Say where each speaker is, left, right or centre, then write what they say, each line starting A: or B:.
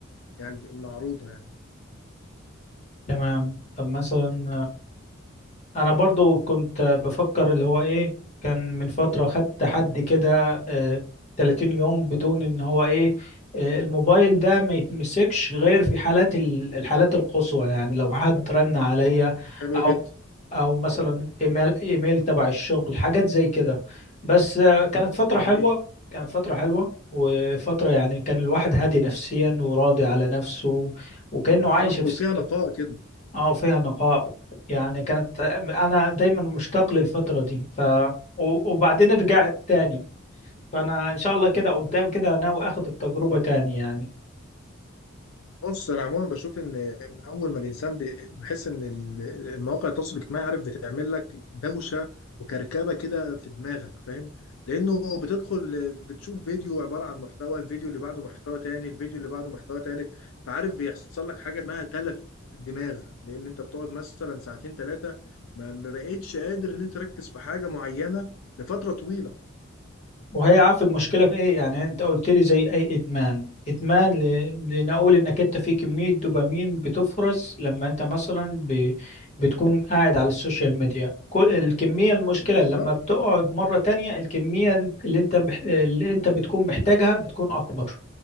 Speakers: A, on the left; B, on the left.
A: يعني معروضه يعني
B: تمام طب مثلا انا برضو كنت بفكر اللي هو ايه كان من فترة خدت حد كده آه، 30 يوم بدون ان هو ايه آه، الموبايل ده ما يتمسكش غير في حالات ال- الحالات القصوى يعني لو حد رن عليا
A: حلو
B: او
A: جدا
B: او مثلا ايميل ايميل تبع الشغل حاجات زي كده بس آه، كانت فترة
A: جميل
B: حلوة كانت فترة حلوة وفترة يعني كان الواحد هادي نفسيا وراضي على نفسه وكأنه
A: بالظبط
B: عايش في
A: وفيها نقاء كده
B: اه فيها نقاء يعني كانت انا دايما مشتاق للفتره دي ف و- وبعدين رجعت تاني فانا ان شاء الله كده قدام كده ناوي اخد التجربه تاني يعني
A: بص انا عموما بشوف ان اول ما الانسان بي- بحس ان ال- المواقع التواصل الاجتماعي عارف بتعمل لك دوشه وكركبه كده في دماغك فاهم لانه بتدخل بتشوف فيديو عباره عن محتوى الفيديو اللي بعده محتوى تاني الفيديو اللي بعده محتوى تالت فعارف بيحصل لك حاجه اسمها تلف دماغ لان انت بتقعد مثلا ساعتين ثلاثه ما ما بقتش قادر ان انت تركز في حاجه معينه لفتره طويله
B: وهي عارف المشكله في ايه يعني انت قلت لي زي اي ادمان ادمان ل- لنقول انك انت في كميه دوبامين بتفرز لما انت مثلا ب... بتكون قاعد على السوشيال ميديا كل الكميه المشكله
A: بالظبط
B: لما بتقعد مره تانية الكميه اللي انت مح... اللي انت بتكون محتاجها بتكون اكبر